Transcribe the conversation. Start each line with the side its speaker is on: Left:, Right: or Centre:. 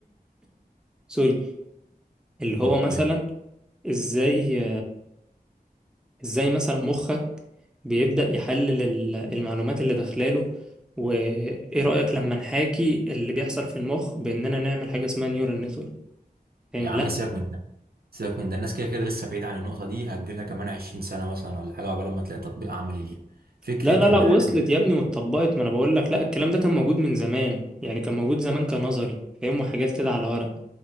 Centre: <coughs> سوري اللي
Right: مم،
Centre: هو مثلا
Right: لامب
Centre: ازاي ازاي مثلا مخك بيبدأ يحلل ال- المعلومات اللي داخلاله وايه رأيك لما نحاكي اللي بيحصل في المخ باننا نعمل حاجة اسمها نيورال نتورك فاهم؟
Right: يا عم
Centre: لا
Right: سيبك من ده سيبك من ده الناس كده كده لسه بعيد عن النقطة دي هتجيلها كمان 20 سنة مثلا ولا حاجة قبل ما تلاقي تطبيق عملي ليها فكرة
Centre: لا لا
Right: إن
Centre: لا وصلت
Right: حد
Centre: يا ابني واتطبقت ما انا بقول لك لا الكلام ده كان موجود من زمان يعني كان موجود زمان كنظري فاهم وحاجات كده على ورق